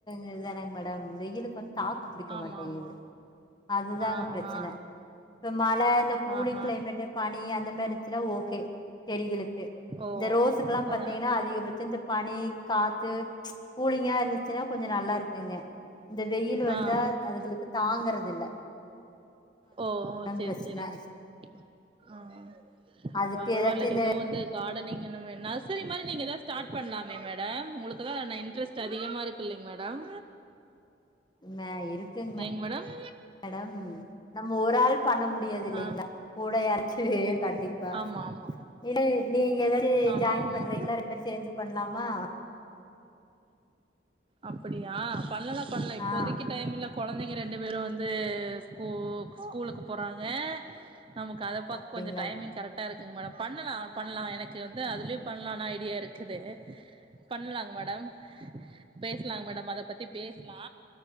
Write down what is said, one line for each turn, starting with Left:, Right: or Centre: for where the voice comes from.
Left: இதுதானங் மேடம் வெயிலுக்கு வந் தாக்கு புடிக்க
Right: ஆமா
Left: மாட்டேங்குது
Right: ஆமா
Left: அதுதாங்க
Right: ஆ
Left: பிரச்சன
Right: ஆ
Left: இப்ப மழ இந்த கூலிங்
Right: ஆஹா
Left: கிளைமேட்டு பனி அந்த மார் இருச்சுன்னா ஓகே தெடிகளுக்
Right: ஓ
Left: இந்த ரோஸ்சுக்குல்லா பாத்தீங்கன்னா
Right: ஆ
Left: அதிகபட்ச செஞ்ச பா பனி காத்து கூலிங்கா இருந்துச்சுன்னா கொஞ்சொ நல்லா இருத்துங்க இந்த வெயில் வந்தா
Right: ஆ ஆ
Left: அதுகளுக்கு தாங்குறதில்ல
Right: ஓ செரி
Left: பிரச்சன
Right: செரிங்க மே அ
Left: அதுக்கு
Right: பரவால்ல
Left: ஏதாச்சு இந்த
Right: எதோ வந்து கார்டனிங் இந்த மாரி நர்சரி மாரி நீங்க எதா ஸ்டார்ட் பண்லாமே மேடம் உங்களுக்குதா அந்த இன்ட்ரெஸ்ட் அதிகமா இருக்குல்லைங் மேடம்
Left: ம இருக்குங்க
Right: ஏங் மேடம்
Left: மேடம் நம்ம ஒரு ஆள் பண்ண முடியாது இல்லைங்களா
Right: ஆ
Left: கூட யாரச்சு வேண் கண்டிப்பா
Right: ஆமா ஆமா
Left: இன்ன நீங்க ஏதாச்சு
Right: ஆமா
Left: ஜாயின்
Right: ஆமா
Left: பண்றீங்களா ரெண்டு பேரு சேந்து பண்ணலாமா
Right: அப்படியா பண்ணலா பண்ணலா இப்போதைக்கு
Left: ஆ
Right: டைம்மில்ல கொழந்தைங்க ரெண்டு பேரு வந்து ஸ்கூ ஸ்கூலுக்கு போறாங்க நமக்கு அத பாக்க
Left: அப்டிங்களா
Right: கொஞ்ச டைமிங் கரெக்ட்டா இருக்கு மேடம் பண்ணலா பண்ணலா எனக்கு வந்து அதுலயு பண்ணலாணு ஐடியா இருக்குது பண்ணலாங்க மேடம் பேசலாங்க மேடம் அத பத்தி பேசலா